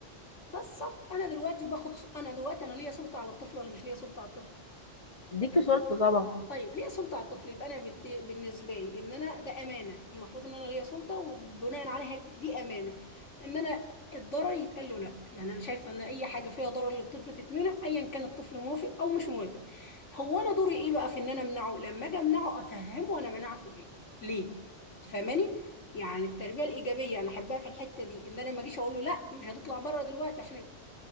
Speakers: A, on the left; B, on the left.
A: بالظبط انا دلوقتي باخد سو- انا دلوقتي انا ليا سلطه على الطفل ولا مش ليا سلطه على الطفل
B: ديكي صورته طبعا
A: طيب ليا سلطه على الطفل يبقى انا بت... بالنسبه لي ان انا ده امانه المفروض ان انا ليا سلطه وبناء عليها دي امانه ان انا الضرر يتقال له لا يعني انا شايفه ان اي حاجه فيها ضرر للطفل تتمنع ايا كان الطفل موافق او مش موافق هو انا دوري ايه بقى في ان انا امنعه لما اجي امنعه افهمه انا منعته ايه ليه تفهماني يعني التربيه الايجابيه انا احبها في الحته دي ان انا ما اجيش اقول له لا مش هتطلع بره دلوقتي عشان